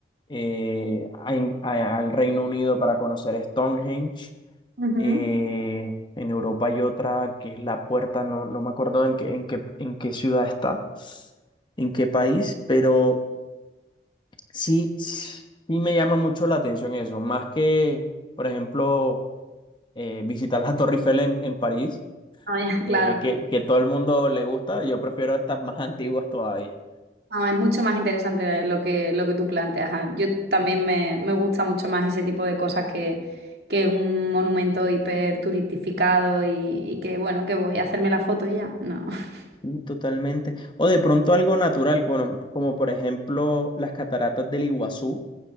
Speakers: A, on the left (about 25°); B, on the right (about 65°).
A: eh, a In- a- al Reino Unido para conocer Stonehenge.
B: Ujú.
A: eh, en Europa hay otra que es la puerta, no, no me acuerdo en qué, en qué, en qué ciudad está, en qué país, pero sí, sí me llama mucho la atención eso, más que, por ejemplo eh, visitar la Torre Eiffel en, en París,
B: No, <laughs> ya, claro.
A: eh, que, que todo el mundo le gusta. Yo prefiero estas más antiguas todavía.
B: No, es mucho más interesante lo que, lo que tú planteas. Ah, Yo también me, me gusta mucho más ese tipo de cosas que, que un monumento hiperturistificado y, y que, bueno, que voy a hacerme la foto y ya. No. <laughs>
A: Y totalmente. O de pronto algo natural, como, como por ejemplo las cataratas del Iguazú.